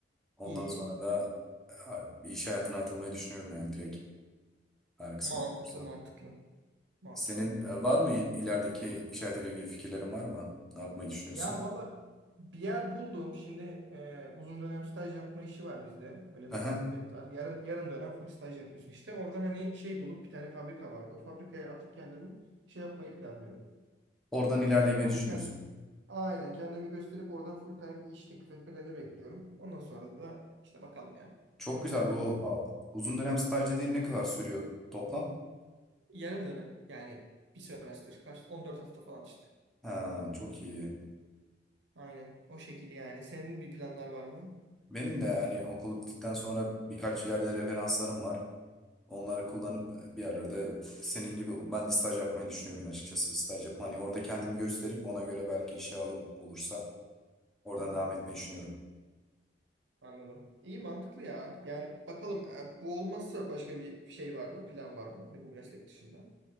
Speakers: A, in the centre; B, on the right.
A: Ondan
B: İyi
A: sonra da e, bir iş hayatına atılmayı düşünüyorum yani direkt. Eğer kısmet
B: mantıklı
A: olursa.
B: mantıklı mantıklı.
A: Senin e, var mı ilerideki iş hayatıyla ilgili fikirlerin var mı? Ne yapmayı düşünüyorsun?
B: Ya valla bir yer buldum. Şimdi e, uzun dönem staj yapma işi var bizde. Böyle
A: Hı
B: bir muhabbet
A: hı.
B: var. Yarım yarım dönem full staj yapıyorsun işte. Oradan hani şey bulup bir tane fabrika vardı. O fabrikaya atıp kendimi şey yapmayı planlıyorum.
A: Oradan
B: E,
A: ilerlemeyi
B: orada
A: düşünüyorsun.
B: kend, aynen kendimi gösterip oradan full time bir iş teklif etmelerini bekliyorum. Ondan sonra da işte bakalım ya.
A: Çok güzel. Bu a, uzun dönem staj dediğin ne kadar sürüyor toplam?
B: Yarım dönem yani bir sömestr kaç 14 hafta falan işte.
A: Ha, çok iyi.
B: Aynen o şekilde yani. Senin bir planlar var mı?
A: Benim de yani okul bittikten sonra birkaç yerde referanslarım var. Onları kullanıp bir yerlerde senin gibi ben de staj yapmayı düşünüyorum açıkçası. Staj yapma hani orada kendimi gösterip ona göre belki işe alım olursa oradan
B: Hı hı,
A: devam etmeyi düşünüyorum.
B: Anladım. İyi mantıklı ya. Yani bakalım e, bu olmazsa başka bir şey var mı? Plan var mı? Ne bu meslek dışında?